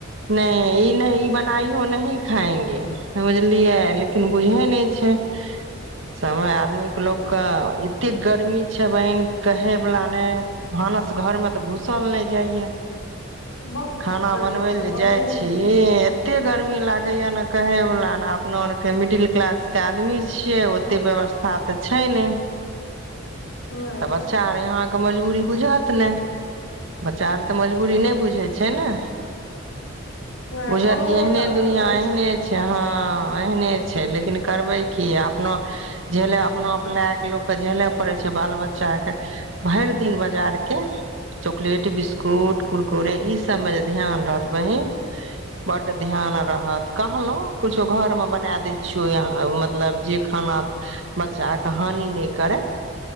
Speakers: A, on the right; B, on the left.
A: ने ई नहि ई नहीं बनाई हो ई नहीं खाएंगे बझलियै लेकिन बुझे नहि छै समय आदमीेके लोकके एत्ते गर्मी छै बहिन कहै वला ने भानस घर मे तऽ घुसल नहि जाइया
B: बहुत
A: खाना
B: गर्मी
A: बनबै
B: छै
A: लए
B: बहुत
A: जाइ छी ए- एत्ते गर्मी लागै या ने कहै वला नै अपना आरों के मिडिल क्लास के आदमी छियै ओते व्यवस्था तऽ छै ने
B: नहि
A: तब बच्चा
B: छै
A: आर अहाँक मजबूरी बुझत ने बच्चा आर तऽ मजबूरी नहि बुझै छै ने
B: नहि
A: बुझएत
B: कोनो
A: एहने
B: बच्चा नहि
A: दुनियाँ
B: बुझै
A: एहने छै हँ हाँ एहने छै लेकिन करबै की अपनो झेले अपनो आप लगा के लोक झेलै पड़े छै बाल बच्चा के भरि दिन बाजार के चॉकलेट बिस्कुट कुरकुरे ई सब मे जे ध्यान रहत बहिन बड्ड ध्यान रहत कहलहूँ कुछो घर मे बना दै छियौ या मतलब जे खाना बच्चा के हानि नहि करे